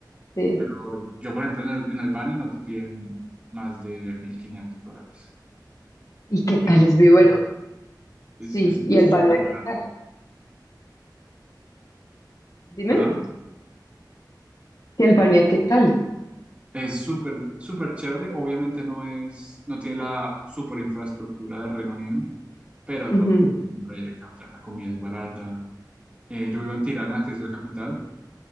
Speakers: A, on the left; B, on the right.
A: Sí.
B: Pero yo, por ejemplo, en, el- en Albania no te piden más de 1.500 dólares.
A: ¿Y qué tal
B: Sí.
A: es? vi- Bueno,
B: Es,
A: sí.
B: es, es
A: ¿Y Albania
B: súper barato.
A: qué tal? Dime.
B: ¿Perdón?
A: ¿Y Albania qué tal?
B: Es súper, súper chévere. Obviamente no es, no tiene la súper infraestructura de Reino Unido, pero yo
A: Ujú.
B: vivo en un rey acá. O sea, la comida es barata, Eh, yo vivo en Tirana, que es la capital,